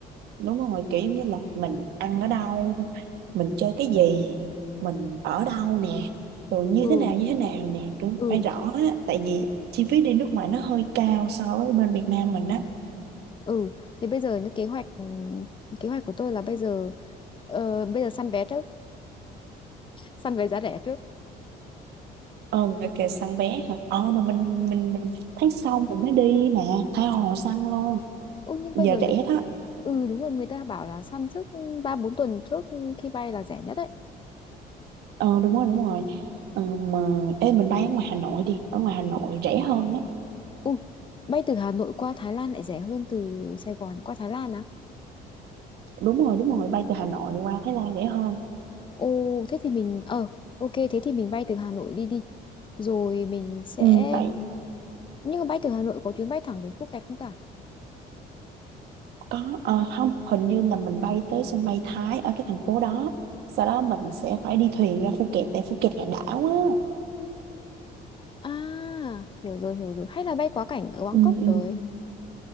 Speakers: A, on the right (about 75°); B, on the left (about 30°).
A: đúng rồi kiểu giống như là mình ăn ở đâu mình chơi cái gì mình ở đâu nè rồi như
B: Ừ
A: thế nào như thế nào nè cũng
B: ừ
A: phải rõ á tại vì chi phí đi nước ngoài nó hơi cao so với bên Việt Nam mình á
B: ừ thế bây giờ như kế hoạch ừ, kế hoạch của tôi là bây giờ ờ, bây giờ săn vé trước, săn vé giá rẻ trước.
A: ờ kìa kìa, săn vé hả ờ mà mình mình mình tháng sau mình mới đi mà tha hồ săn luôn
B: Ôi nhưng
A: giờ
B: bây giờ
A: rẻ
B: người...
A: đó
B: ừ đúng rồi người ta bảo là săn trước 3 4 tuần trước khi bay là rẻ nhất đấy.
A: ờ đúng rồi đúng rồi ờ, mà ê mình bay ở ngoài Hà Nội đi ở ngoài Hà Nội rẻ hơn á
B: Ui bay từ Hà Nội qua Thái Lan lại rẻ hơn từ Sài Gòn qua Thái Lan à?
A: đúng rồi đúng rồi bay từ Hà Nội qua Thái Lan rẻ hơn
B: Ồ, thế thì mình ờ ok thế thì mình bay từ Hà Nội đi đi. Rồi mình sẽ
A: ừ tại
B: nhưng mà bay từ Hà Nội có chuyến bay thẳng đến Phuket không ta?
A: có ờ, không hình như là mình bay tới sân bay Thái ở cái thành phố đó sau đó mình sẽ phải đi thuyền ra Phuket tại Phuket là đảo á
B: À, hiểu rồi hiểu rồi. Hay là bay quá cảnh ở Bangkok
A: ừ, ừ,
B: rồi.